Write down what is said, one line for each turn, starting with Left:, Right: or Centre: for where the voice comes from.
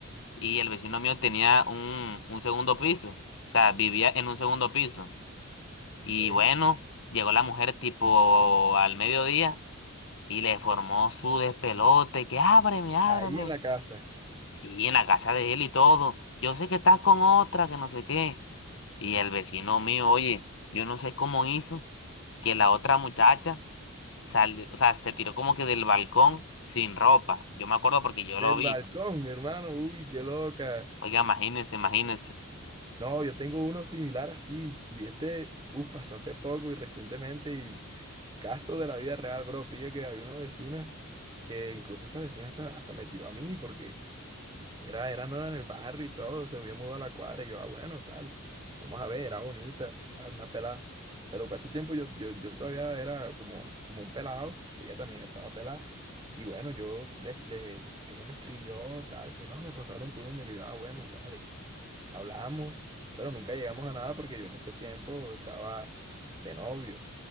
Left: y el vecino mío tenía un, un segundo piso, o sea, vivía en un segundo piso.
Right: ¿ok?
Left: Y bueno, llegó la mujer tipo al mediodía y le formó su despelote, que ábreme, ábreme.
Right: Ahí en la casa.
Left: Sí, en la casa de él y todo. Yo sé que estás con otra, que no sé qué. Y el vecino mío, oye, yo no sé cómo hizo que la otra muchacha salió, o sea, se tiró como que del balcón sin ropa. Yo me acuerdo porque yo
Right: Del
Left: lo vi.
Right: balcón, hermano, uy, qué loca.
Left: Oiga, imagínense, imagínense.
Right: No, yo tengo uno similar así, y este, uff, pasó hace poco y recientemente, y caso de la vida real, bro, pillo que había una vecina que incluso esa vecina hasta, hasta me tiró a mí, porque era, era nueva en el barrio y todo, se había mudado a la cuadra. Y yo, ah, bueno, tal. Vamos a ver, era bonita, tal, una pelada. Pero para ese tiempo yo, yo, yo todavía era como, como un pelado y ella también estaba pelada. Y bueno, yo, le, le- ella me escribió, tal, que no, me pasaron tu número. Y yo, ah, bueno, vale, hablamos. Pero nunca llegamos a nada porque yo en ese tiempo estaba de novio,